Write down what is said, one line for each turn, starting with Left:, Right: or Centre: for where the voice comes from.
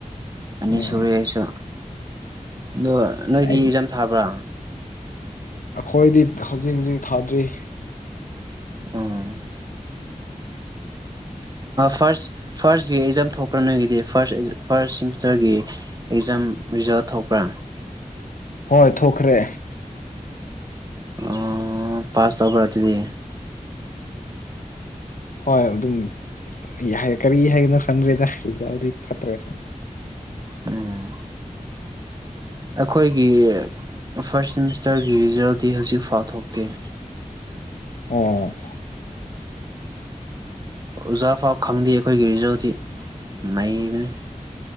Right: ꯑꯅꯤ
Left: ꯎꯝ
Right: ꯁꯨꯨꯔꯦ ꯑꯩꯁꯨ ꯑꯗꯣ ꯅꯣꯏꯗꯤ
Left: ꯑꯩ
Right: ꯑꯦꯛꯖꯥꯝ ꯊꯥꯕ꯭ꯔꯥ
Left: ꯑꯩꯈꯣꯏꯗꯤ ꯍꯧꯖꯤꯛ ꯍꯧꯖꯤꯛ ꯊꯥꯗ꯭ꯔꯤ
Right: ꯎꯝ ꯐꯥꯔꯁ ꯐꯥꯔꯁꯀꯤ ꯑꯦꯛꯖꯥꯝ ꯊꯣꯛꯄ꯭ꯔꯥ ꯅꯣꯏꯒꯤꯗꯤ ꯐꯥꯔꯁ ꯐꯥꯔꯁ ꯁꯦꯃꯤꯁꯇꯔꯒꯤ ꯑꯦꯛꯖꯥꯝ ꯔꯤꯖꯜ ꯊꯣꯛꯄ꯭ꯔꯥ
Left: ꯍꯣꯏ ꯊꯣꯛꯈ꯭ꯔꯦ
Right: ꯑꯣ ꯄꯥꯁ ꯇꯧꯕꯔꯥ ꯑꯗꯨꯗꯤ
Left: ꯍꯣꯏ ꯑꯗꯨꯝ ꯌꯍꯥꯏ ꯀꯔꯤ ꯍꯥꯏꯒꯗꯝꯅꯣ ꯈꯪꯗ꯭ꯔꯦꯗ ꯑꯦꯀꯖꯥꯝꯗꯤ ꯐꯠꯇ꯭ꯔꯦ ꯁꯝ
Right: ꯎꯝ ꯑꯩꯈꯣꯏꯒꯤ ꯐꯥꯔꯁ ꯁꯦꯃꯤꯁꯇꯔꯒꯤ ꯔꯤꯖꯜꯇꯤ ꯍꯧꯖꯤꯛꯐꯥꯎ ꯊꯣꯛꯇꯦ
Left: ꯎꯝ
Right: ꯑꯣꯖꯥ ꯐꯥꯎ ꯈꯪꯗꯦ ꯑꯩꯈꯣꯏꯒꯤ ꯔꯤꯖꯜꯁꯤꯤ ꯅꯩꯅꯔꯤꯕꯅꯤ